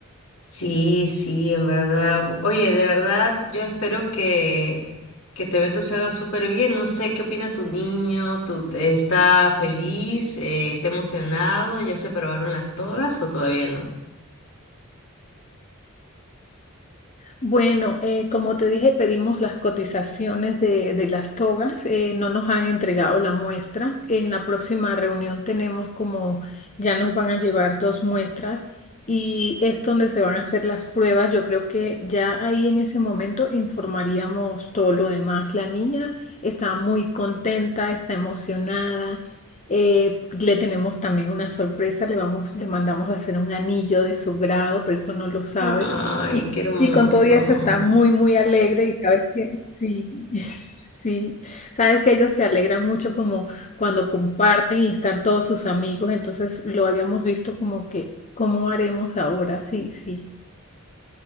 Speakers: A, on the left (about 75°); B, on the left (about 35°).
A: Sí, sí, en verdad. Oye, de verdad, yo espero que, que tu evento se haga súper bien. No sé, ¿qué opina tu niño? ¿Tú te- está feliz? Eh, ¿está emocionado? ¿Ya se probaron las togas o todavía no?
B: Bueno, eh, como te dije, pedimos las cotizaciones de, de las togas. eh, no nos han entregado la muestra. En la próxima reunión tenemos como ya nos van a llevar dos muestras y es donde se van a hacer las pruebas. Yo creo que ya ahí en ese momento informaríamos todo lo demás. La niña está muy contenta, está emocionada. eh, le tenemos también una sorpresa. Le vamos, le mandamos a hacer un anillo de su grado, pero eso no lo sabe.
A: Ay,
B: Y
A: qué hermoso.
B: y con todo y eso está muy, muy alegre y sabes que sí, <laughs> sí, sabes que ellos se alegran mucho como cuando comparten y están todos sus amigos, entonces lo habíamos visto como que, ¿cómo haremos ahora? Sí, sí.